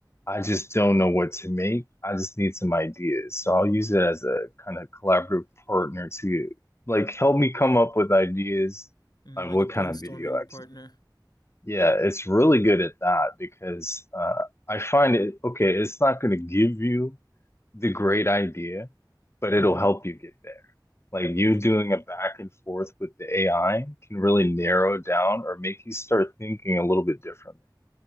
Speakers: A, on the left; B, on the left.
A: I just don't know what to make. I just need some ideas. So I'll use it as a kind of collaborative partner to like help me come up with ideas
B: Mm,
A: on
B: like
A: what
B: a brainstorming
A: kind of video I
B: partner.
A: can. Yeah, it's really good at that because uh, I find it okay, it's not going to give you the great idea, but it'll
B: hmm
A: help you get there. Like
B: Yeah.
A: you doing a back and forth with the AI can really narrow down or make you start thinking a little bit differently.